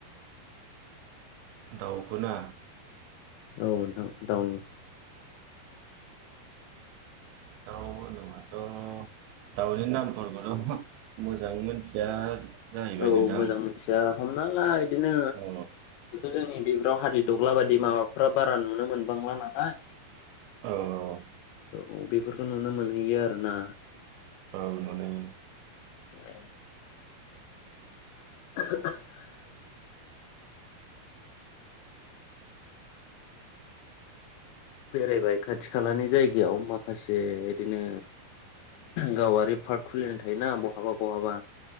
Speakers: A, on the right; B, on the left.
A: दाउखोना
B: औ नोंथां दाउनि
A: दाव न आ थ' दाउनि नामफोरखौथ' मोजां मोनथिया जाहैबाय
B: औ
A: नोंथां
B: मोजां मिथिया हम नालाय दिनो
A: औ
B: जोंनि बिफराव हादि दग्ला बायदि माबाफ्रा बारा नुनो मोनबांला नालाय
A: औ औ
B: औ बेफोरखौ नुनो मोनहैयो आरोना
A: औ मोनो मोनो
B: औ <inaudible> बेरायबाय खाथि खालानि जायगायाव माखासे बिदिनो गावारि पार्क खुलिनाय थायोना बहाबा बहाबा।